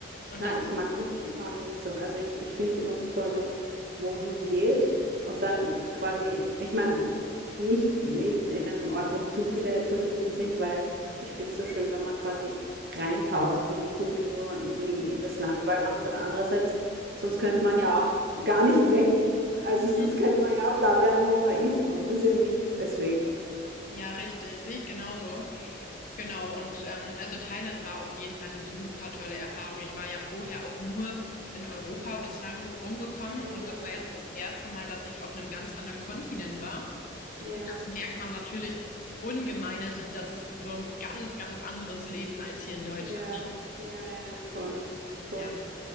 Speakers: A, on the left (about 45°); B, on the right (about 55°).
A: Und
B: Na,
A: das
B: ich
A: ist,
B: mag das auch nicht so. Also ich, ich finde es immer so toll, wenn man wohin geht und dann quasi, ich meine, nicht mit in einen Ort, wo zu viele Touristen sind, weil ich finde es so schön, wenn man quasi reintaucht in die Kultur, in die, in das Land, weil and, andererseits, sonst könnte man ja auch gar nicht weg. Also
A: mhm.
B: sonst könnte man ja auch da bleiben, wo man ist. Man muss ja nicht, deswegen.
A: Ja, richtig, sehe ich genauso. Genau, und ähm, also Thailand war auf jeden Fall eine super tolle Erfahrung. Ich war ja vorher auch nur in Europa bislang rumgekommen
B: Ja,
A: und
B: ja,
A: das war jetzt das erste Mal, dass ich auf einem ganz anderen Kontinent war.
B: ja,
A: Und das merkt man natürlich ungemein. Also das ist so ein ganz, ganz anderes Leben als hier in Deutschland.
B: ja, ja, ja, ja, voll,
A: Ja.
B: voll.